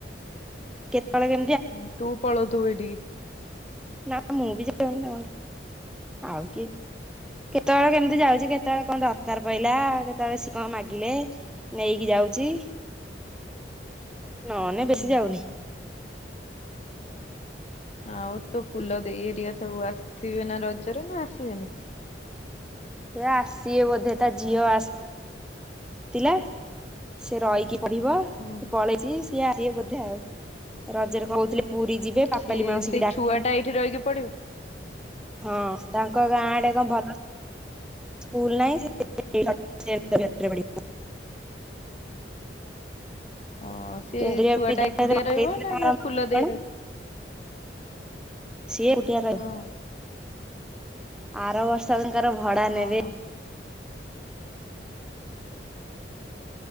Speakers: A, in the centre; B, on the left.
A: କେତେବେଳେ କେ
B: ହୁଁ ତୁ ପଳଉ ଥିବୁ ଏଠିକି।
A: ନା ମୁଁ ବିି ଯାଉନି ତାଙ୍କ ଘରକୁ ଆଉ କିଏ। କେତେବେଳେ କେମିତି ଯାଉଛି କେତେବେଳେ କଣ ଦରକାର୍ ପଇଲା କେତେବେଳେ ସିଏ କଣ ମାଗିଲେ। ନେଇକି ଯାଉଛି ନନେ
B: ହୁଁ
A: ବେଶୀ ଯାଉନି।
B: ଆଉ ତୋ ଫୁଲ ଦେଇ ହେରିକା ସବୁ ଆସିବେ ନା ରଜରେ ନା ଆସିବେନି?
A: ସେ ଆସିବେ ବୋଧେ ତା ଝିଅ ଆସ୍ ଥିଲା ସେ ରହିକି ପଢିବ
B: ହୁଁ
A: ସେ ପଳେଇ ଚି ସିଏ ଆସିବେ ବୋଧେ ଆଉ ରଜରେ କହୁଥିଲେ ପୁରୀ ଯିବେ। ପାପାଲି
B: ସିଏ
A: ମାଉସୀ
B: ସେଇ
A: କି ଡାକି
B: ଛୁଆ ଟା ଏଇଠି ରହିକି ପଢ଼ିବ?
A: ହଁ ତାଙ୍କ ଗାଁ ଆଡେ କଣ ଭଲ। ସ୍କୁଲ୍ ନାହିଁ ସେ <inaudible>
B: ଅ ସେ
A: କେନ୍ଦ୍ରୀୟ
B: ଛୁଆ
A: ବିଦ୍ୟାଳୟରେ
B: ଟା ଏକୁଟିଆ ରହିବ
A: ପକେଇଥିଲେ
B: ନା
A: ତାଙ୍କର
B: ତା ଫୁଲ ଦେଇ
A: କଣ
B: ର
A: ସିଏ ଏକୁଟିଆ ରହିବ।
B: ହଁ
A: ଆର ବର୍ଷ ତାଙ୍କର ଭଡା
B: ହଁ
A: ନେବେ।
B: ହଁ।